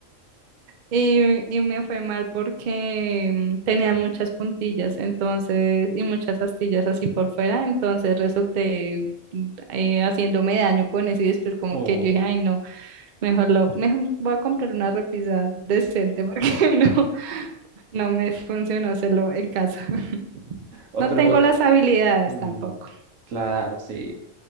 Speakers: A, on the right (about 60°); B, on the right (about 75°).
A: Y, y me fue mal porque mm, tenía muchas puntillas, entonces, y muchas astillas así por fuera, entonces resulté mm, eh, haciéndome daño con eso y después como
B: Oh,
A: que yo dije, ay no, mejor lo, mejor voy a comprar una repisa decente porque <laughs> no, no me funcionó hacerlo en casa. <laughs>
B: oh,
A: No
B: pero
A: tengo
B: me gustó.
A: las habilidades
B: Mm,
A: tampoco.
B: claro, sí.